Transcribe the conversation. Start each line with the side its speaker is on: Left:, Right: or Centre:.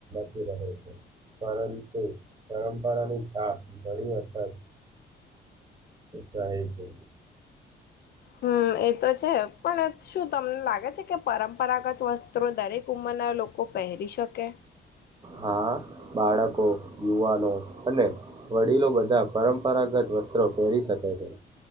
Right: કી છે, પરંતુ પરંપરાની છાપ ઘણી અખર રાહે છે,
Left: હમ્મ એ તો છે પણ શું તમને લાગે છે, કે પરંપરાગત વસ્ત્રો દરેક ઉમરના લોકો પહેરી- ર શકે?
Right: હા, બાળકો યુવાનો અને વડીલો બધા પરંપરાગત વસ્ત્રો પહેરી શકે છે.